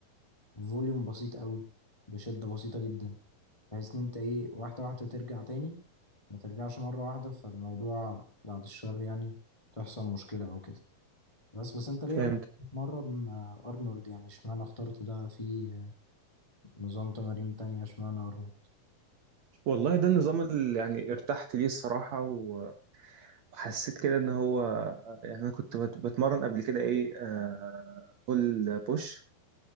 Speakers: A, on the left; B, on the right.
A: بفوليوم بسيط قوي بشدة بسيطة جدا بحيث إن انت ايه واحدة واحدة ترجع تاني ما ترجعش مرة واحدة فالموضوع بعد الشر يعني تحصل مشكلة أو كده بس بس انت ليه
B: فهمت
A: أصلا بتتمرن آه، أرنولد يعني اشمعنى اخترت ده في نظام تمارين تانية اشمعنى ارنولد
B: والله ده النظام اللي يعني ارتحت ليه الصراحة و... وحسيت كده ان هو يعني انا كنت بت- بتمرن قبل كده ايه آه بول بوش